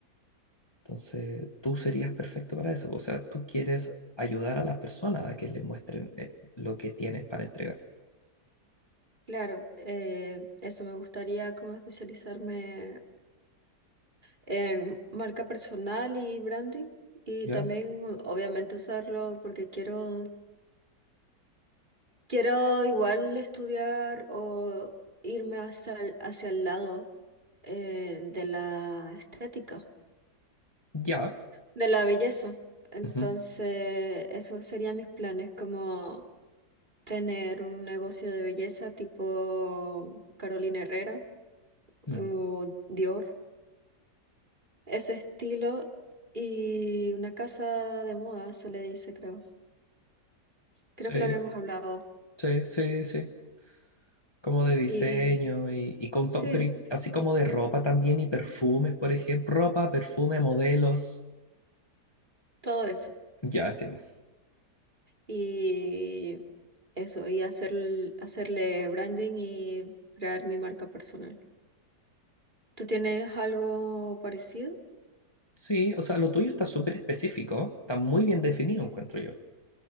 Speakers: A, on the left; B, on the right.
A: Entonces, tú serías perfecto para eso, po, o sea, tú quieres ayudar a las personas a que les muestren eh, lo que tienen para entregar,
B: Claro, eh, eso me gustaría como especializarme en marca personal y branding y
A: ¿ya?
B: también obviamente usarlo porque quiero quiero igual estudiar o irme hacia el, hacia el lado eh, de la estética,
A: Ya.
B: de la belleza. Entonces,
A: Ujú,
B: esos serían mis planes, como tener un negocio de belleza tipo Carolina Herrera
A: ujú.
B: o Dior, ese estilo y una casa de moda, se le dice, creo. creo
A: Sí,
B: que lo habíamos hablado.
A: sí, sí, sí. como de diseño
B: Y
A: y, y con
B: sí,
A: todo, pero y- así como de ropa también y perfumes, por ejemplo, ropa, perfume, modelos.
B: todo eso.
A: Ya entiendo.
B: Y eso, y hacer, hacerle branding y crear mi marca personal. ¿Tú tienes algo parecido?
A: Sí, o sea, lo tuyo está súper específico, está muy bien definido, encuentro yo.